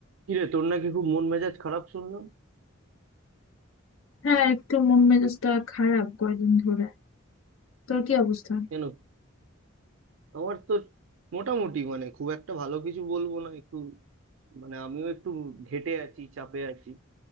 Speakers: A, on the right (about 70°); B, on the left (about 90°).
A: কিরে তোর নাকি খুব মন মেজাজ খারাপ শুনলাম
B: হ্যাঁ একটু মন মেজাজটা খারাপ কয়দিন ধরে তোর কি অবস্থা
A: কেন আমার তো মোটামুটি মানে খুব একটা ভালো কিছু বলবো না একটু মানে আমিও একটু ঘেঁটে আছি চাপে আছি